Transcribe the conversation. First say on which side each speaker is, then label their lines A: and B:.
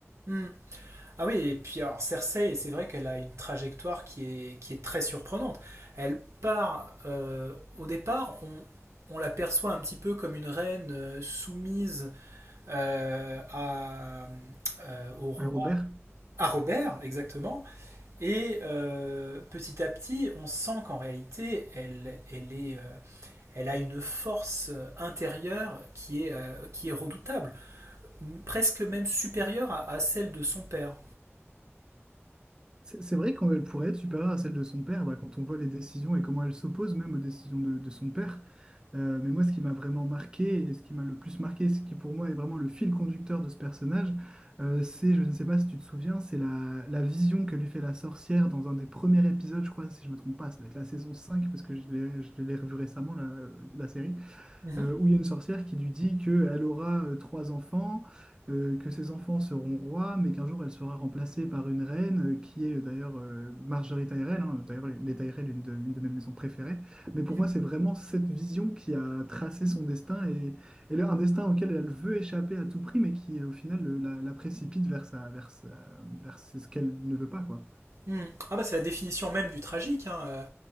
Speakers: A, on the right; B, on the right.
A: Hmm. Ah oui, et puis alors Cersei, c'est vrai qu'elle a une trajectoire qui est, qui est très surprenante. Elle part, euh, au départ, on, on la perçoit un petit peu comme une reine euh, soumise euh, à, euh, au roi,
B: Hein, Robert?
A: à Robert, exactement. Et euh, petit à petit, on sent qu'en réalité, elle, elle, est, euh, elle a une force euh, intérieure qui est, euh, qui est redoutable, presque même supérieure à, à celle de son père.
B: C'est c'est vrai qu'elle pourrait être supérieure à celle de son père, bah, quand on voit les décisions et comment elle s'oppose même aux décisions de, de son père. Euh, mais moi, ce qui m'a vraiment marqué et ce qui m'a le plus marqué, ce qui pour moi est vraiment le fil conducteur de ce personnage, euh, c'est, je ne sais pas si tu te souviens, c'est la, la vision que lui fait la sorcière dans un des premiers épisodes, je crois, si je ne me trompe pas, ça doit être la saison 5 parce que je l'ai je l'ai revu récemment, la, la série
A: Mhm.
B: euh, où il y a une sorcière qui lui dit qu'elle aura euh, trois enfants, euh, que ses enfants seront rois, mais qu'un jour elle sera remplacée par une reine, euh, qui est euh, d'ailleurs euh, Marjorie Tyrell, hein. d'ailleurs les, les Tyrell, une de, une de mes maisons préférées. Mais pour
A: Mhm.
B: moi, c'est vraiment cette vision qui a tracé son destin et, et là, un destin auquel elle veut échapper à tout prix, mais qui au final le- la, la précipite vers, sa, vers, sa- vers ce qu'elle ne veut pas, quoi.
A: Mhm. Ah bah c'est la définition même du tragique, hein. Euh,